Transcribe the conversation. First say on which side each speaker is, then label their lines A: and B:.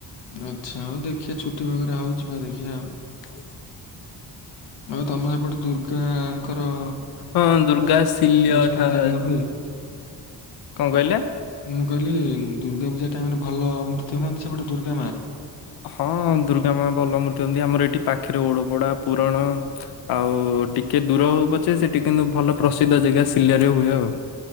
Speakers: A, on the left (about 85°); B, on the left (about 60°).
A: ଆଚ୍ଛା ହଉ ଦେଖିଆ ଛୁଟି ବଗେରା ହଉ ଯିବା ଦେଖିଆ ଆଉ।
B: ହଉ।
A: ଆଉ ତମ ସେପଟେ ଦୁର୍ଗାଙ୍କର
B: ହଁ ଦୁର୍ଗା ଶିଲ୍ୟଠା
A: ଦଶହରା ଟାଇମ୍ ରେ ହୁଏ?
B: କଁ କହିଲେ?
A: ମୁଁ କହିଲି ଦୁର୍ଗା ପୂଜା ଟାଇମ୍ ରେ ଭଲ ମୂର୍ତ୍ତି ହୁଅନ୍ତି ସେପଟେ ଦୁର୍ଗା ମା?
B: ହଁ ଦୁର୍ଗା ମା ଭଲ ମୂର୍ତ୍ତି ହୁଅନ୍ତି ଆମର ଏଇଠି ପାଖେରେ ଓଡ଼ପୋଡ଼ା ପୁରଣ ଆଉ ଟିକେ ଦୂର ହଉ ପଛେ ସେଠି କିନ୍ତୁ ଭଲ ପ୍ରସିଦ୍ଧ ଜେଗା ଶିଲରେ ହୁଏ ଆଉ।